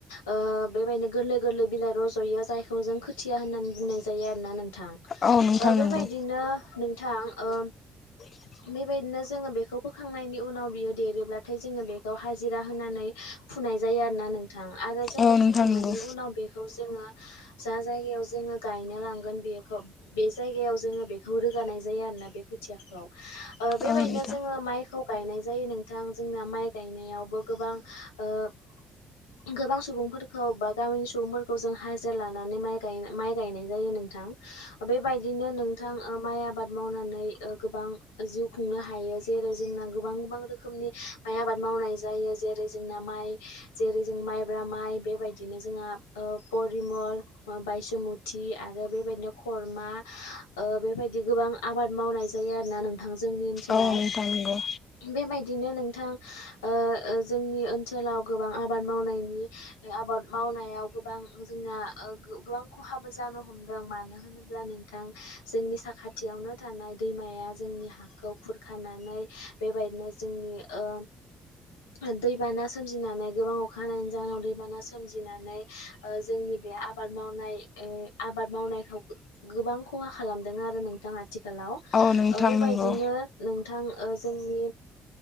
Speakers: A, on the left (about 75°); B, on the left (about 40°).
A: ओ बेबायदिनो गोरलै गोरलै बिलाइ रज'यो जायखौ जों खोथिया होननानै बुंनाय जायो आरोना नों नोंथां
B: औ नंगौ
A: बेबायदिनो नोंथांओ।
B: <inaudible>
A: बेबायदिनो जोङो बेखौ फोखांनायनि उनाव बियो देरोब्लाथाय जोङो बेखौ हाजिरा होनानै फुनाय जायो आरो ना नोंथां आरो जोङो
B: औ नोंथां
A: फुखांनायनि
B: नंगौ
A: उनाव बेखौ जोङो जा जायगायाव जोङो गायनो लांगोन बेखौ बे जायगायाव जोङो बेखौ रोगानाय जायो आरोना बेखौ खोथियाखौ ओ बेबायदिनो
B: औ नोंथां
A: जोङो माइखौ गायनाय जायो नोंथां जोंना माइ गायनायावबो गोबां ओ गोबां सुबुंफोरखौ बा गामिनि सुबुंफोरखौ जों हाजिरा लानानै माइ गाय माइ गायनाय जायो नोंथां। बेबायदिनो नोंथां माइ आबाद मावनानै ओ गोबां जिउ खुंनो हायो जेरै जोंना गोबां गोबां रोखोमनि माइ आबाद मावनाय जायो। जेरै जोंना माइ जेरै जों माइब्रा माइ बेबायदिनो जोंहा परिमल बायसुमुथि आरो बेबायदिनो खरमा ओ बेबायदि गोबां आबाद मावनाय ज जायो आरो ना नोंथां जोंनि ओनसोलाव
B: औ नोंथां नंगौ
A: बेबायदि बिदिनो नोंथां ओ ओ जोंनि ओनसोलाव गोबां आबाद मावनायनि आबाद माव- मावनायाव गोबां जोंना ओ गोबां खहाबो जानो हमदों। मानो होनोब्ला नोंथां जोंनि साखाथियावनो थानाय दैमाया जोंनि हाखौ खुरखानानै बेबायदिनो जोंनि ओ दैबाना सोमजिनानै गोबां अखा हानायनि जाहोनाव दैबाना सोमजिनानै ओ जोंनि बे आबाद मावनाय ओ आबाद मावनायखौ गोबां खहा खालामदों आरो नोंथां आथिखालाव।
B: औ नोंथां
A: ओ बेबायदिनो
B: नंगौ
A: नोंथां ओ जोंनि